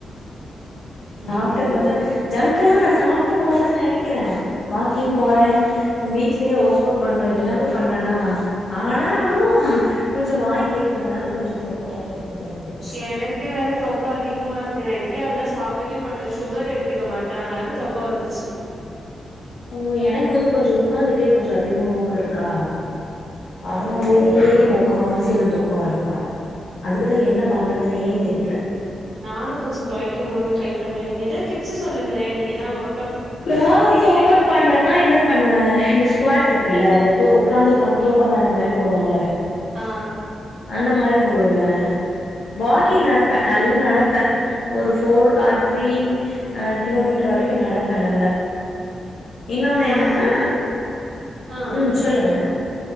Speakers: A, on the right; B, on the left.
A: ம்
B: சாப்ட கொஞ்சோ ஜங்க்கு எல்லா நா சாப்ட கூடாதுன்னு நெனைக்கிறே வாக்கிங் போறே
A: ஆ
B: வீட்லயே ஒர்க் அவுட் பண்றே எல்லாமே பண்றேனா ஆ னானாலு கொஞ்சோ வாய் கேக்குதுனால கொஞ்சோ தொப்ப வர தெரிஞ்சு போச்சு
A: எனக்கு வேற தொப்ப அதிகமா இருக்கு நா இதுக்கே அதெல்லா சாப்டவே மாட்டே சுகர் எடுத்துக்க மாட்டே ஆனாலு தொப் ப வந்துச்சு
B: ஓ எனக்கு வந்து கொஞ்சோ ஒக்காந்துட்டே கொஞ்சோ அதிகமா ஒர்க் இருக்கா அதனாலயே
A: ஓ
B: மு க்காவாசி அதுவு தொப்ப வர காரணோ அதுக்கு தா என்ன பண்றதுனே தெரில
A: நானு கொஞ்சோ கொறைக்கணுன்னு ட்ரை பண்றே நீங்க எதா டிப்ஸ்ஸு சொல்லுங்களே நீங்க தா வொர்
B: நா வந்து வொர்க்கவுட் பண் றனா என்னது பண்ணுவே இந்த ஸ்குவாட் இருக்குல்ல அந்த தொ உக்காந்து உக்காந்து தோப்பங்கறன மாரி போடுவாங்கள
A: ஆ
B: அந்த மாரி போடுவே வாக்கிங்
A: ஆ
B: நடப்பே நல்லா நடப்பே ஒரு ஃபோர் ஆர் த்ரீ அ கிலோமீட்டர் வரைக்கு நடப்பே நல்ல இன்னொன்னு
A: நாங்
B: என்னன்னா
A: ஆ
B: ம் சொல்லுங்க